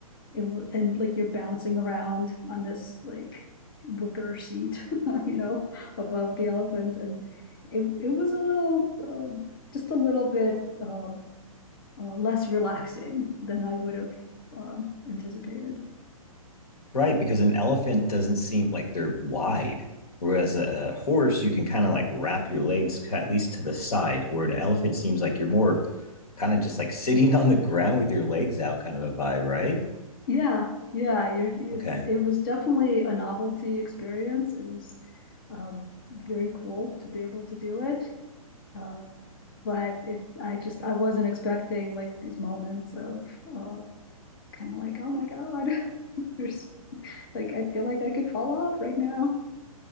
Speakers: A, on the left; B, on the left.
A: It, and like you're bouncing around on this like wicker seat, <laughs> you know, above the elephant. And it, it was a little, um, just a little bit um, uh, less relaxing than I would have um, anticipated.
B: Right, because an elephant doesn't seem like they're wide, whereas a, a horse you can kind of like wrap your legs ki- at least to the side, where an elephant seems like you're more kind of just like sitting <laughs> on the ground with your legs out, kind of a vibe, right?
A: Yeah, yeah, you're,
B: Okay.
A: it's it was definitely a novelty experience. It was um, very cool to be able to do it, uh, but it I just I wasn't expecting like these moments of uh, kind of like oh my God, <laughs> there's like I feel like I could fall off right now.